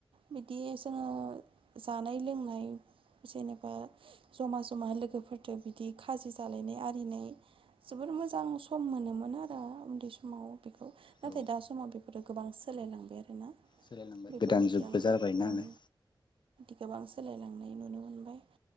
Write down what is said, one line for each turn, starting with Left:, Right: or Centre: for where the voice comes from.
Right: बिदि जोङो जानाय लोंनाय जेनेबा जमा जमा लोगोफोरदो बिदि खाजि जालायनाय आरो <unintelligible> जोबोर मोजां सम मोनोमोन आरो उन्दै समाव बेखौ नाथाय
Left: औ
Right: दा समाव बेफोरो गोबां सोलायलांबाय आरोना।
Left: सोलायलांबाय
Right: बेफोरबायदि
Left: गोदान जुगबो
Right: आं
Left: जाबाय नालाय।
Right: ओं गोबां सोलायलांनाय नुनो मोनबाय